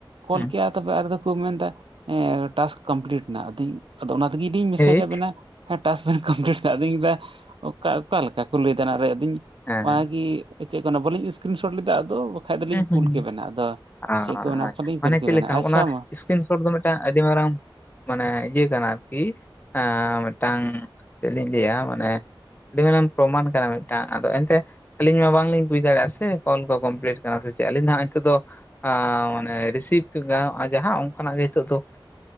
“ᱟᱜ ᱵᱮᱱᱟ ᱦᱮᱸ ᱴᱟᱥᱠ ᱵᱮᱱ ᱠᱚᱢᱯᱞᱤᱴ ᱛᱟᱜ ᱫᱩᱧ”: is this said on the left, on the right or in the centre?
Right